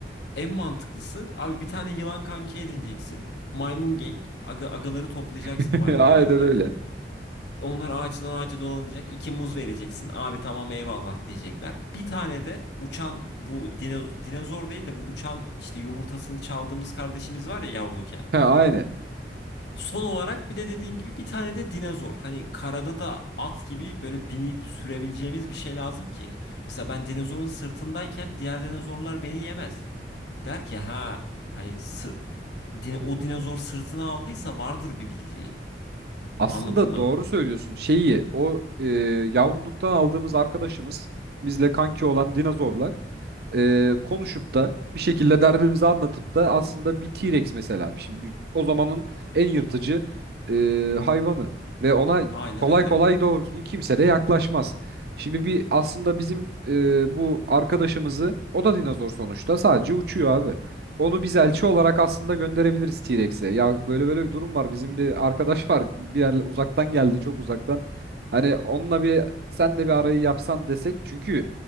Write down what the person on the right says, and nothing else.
<laughs>
Aynen
öyle.
Ha, Aynen.
Aslında
doğru söylüyorsun. Şeyi o e, yavruluktan aldığımız arkadaşımız bizle kanki olan dinozorla e, konuşup da bir şekilde derdimizi anlatıp da aslında bir T-Rex mesela şimdi o zamanın en yırtıcı e, hayvanı ve ona
kolay
kolay doğru düzgün kimse de yaklaşmaz. Şimdi bir aslında bizim e, bu arkadaşımızı o da dinozor sonuçta sadece uçuyor abi. Onu biz elçi
olarak
aslında gönderebiliriz T-Rex'e. Ya böyle böyle bir durum var. Bizim bir arkadaş var. Bir yerle uzaktan geldi, çok uzaktan. Hani onunla bir sen de bir arayı yapsan desek. Çünkü